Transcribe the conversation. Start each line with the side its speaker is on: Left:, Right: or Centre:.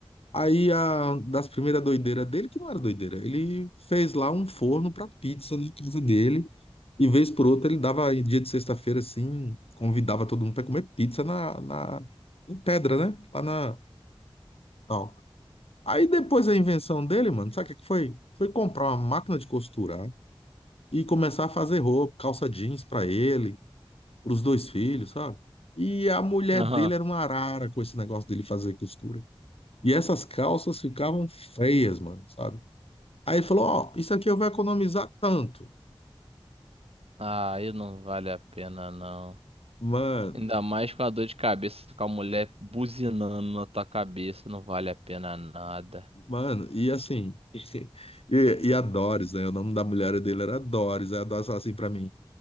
Left: Aí, a, das primeiras doideiras dele, que não era doideira, ele fez lá um forno pra pizza na casa dele. E vez por outra, ele dava, em dia de sexta-feira, assim, convidava todo mundo pra comer pizza na, na, na pedra, né? Lá na. tal. Aí depois a invenção dele, mano, sabe o que é que foi? Foi comprar uma máquina de costurar e começar a fazer roupa, calça jeans pra ele, pros dois filhos, sabe? E a mulher
Right: Aham.
Left: dele era uma arara com esse negócio dele fazer costura. E essas calças ficavam feias, mano, sabe? Aí ele falou, ó, isso aqui eu vou economizar tanto.
Right: Ah, Aí não vale a pena, não.
Left: Mano,
Right: Ainda mais com a dor de cabeça, com a mulher buzinando na tua cabeça, não vale a pena nada.
Left: mano, e assim, <laughs> e, e a Doris, né? O nome da mulher dele era Doris. Aí a Doris falou assim pra mim,